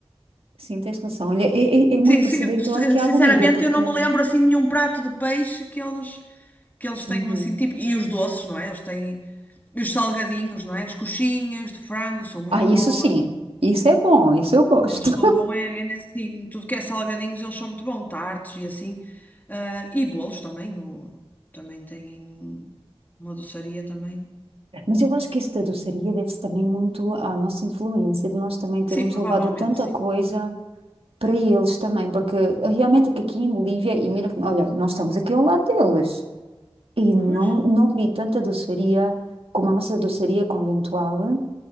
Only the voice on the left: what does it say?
Sim,
sim,
sinceramente
eu não me lembro assim de nenhum prato de peixe que eles que eles tenham
assim tipo e os doces, não é? Eles têm e os salgadinhos, não é? As coxinhas de frango são muito
boas.
Eles são bom é, é nesse- em tudo que é salgadinhos, eles são muito bons, tartes e assim. Ah, e bolos também, o, também têm uma doçaria também.
Sim, provavelmente,
sim.
Pois.